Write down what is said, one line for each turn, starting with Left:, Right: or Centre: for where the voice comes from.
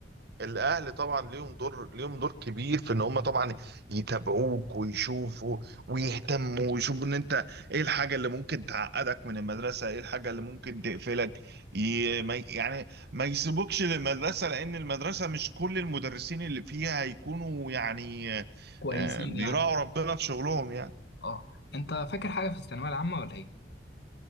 Right: الاهل طبعا ليهم دور ليهم دور كبير في ان هم طبعا يتابعوك ويشوفوا ويهتموا ويشوفوا ان انت ايه الحاجه اللي ممكن تعقدك من المدرسه ايه الحاجه اللي ممكن تقفلك ي... ما... يعني ما يسيبوكش للمدرسه لان المدرسه مش كل المدرسين اللي فيها هيكونوا يعني
Left: كويسين
Right: آه، بيراعوا
Left: يعني
Right: ربنا في شغلهم يعني
Left: اه انت فاكر حاجه في الثانويه العامه ولا ايه